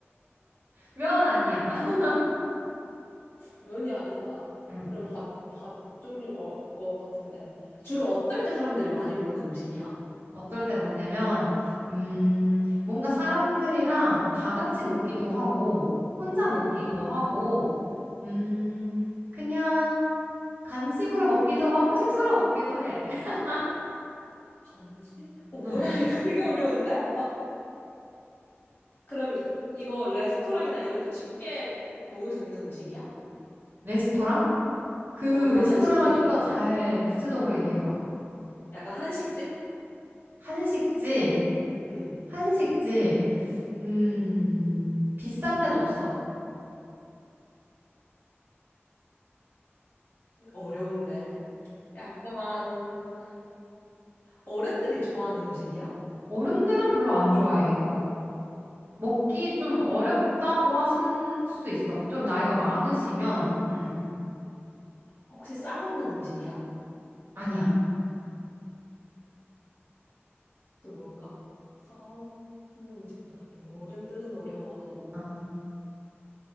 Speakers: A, on the right; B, on the left.
A: 면 아니야. <laughs>
B: 면이 아니다.
A: 응.
B: 그럼 밥, 밥 종류가 거 같은데? 주로 어떨 때 사람들이 많이 먹는 음식이야?
A: 어떨 때 먹냐면, 음, 뭔가 사람들이랑 다 같이 먹기도 하고, 혼자
B: 응.
A: 먹기도 하고, 음, 그냥, 간식으로 먹기도 하고 식사로 먹기도 해. <laughs>
B: 간식? 어, 뭐야,
A: 응.
B: <laughs> 이거 되게 어려운데? 어. 그럼 이, 이거 레스토랑이나 이런 데서 쉽게 먹을 수 있는 음식이야?
A: 레스토랑? 그
B: 어, 그러니까
A: 레스토랑을
B: 한식집,
A: 좀
B: 이런.
A: 더 잘 구체적으로 얘기해봐.
B: 약간 한식집?
A: 한식집,
B: 응.
A: 한식집, 음, 비싼 데는 없어.
B: 어려운데. 약간 어른들이 좋아하는 음식이야?
A: 어른들은 별로 안 좋아해, 이거. 먹기 좀 어렵다고 하시는 수도 있어. 좀 나이가 많으시면, 음,
B: 혹시 싸먹는 음식이야?
A: 아니야.
B: 또 뭘까? 싸먹는 음식도 아니고 어른들은 어려워하고.
A: 어.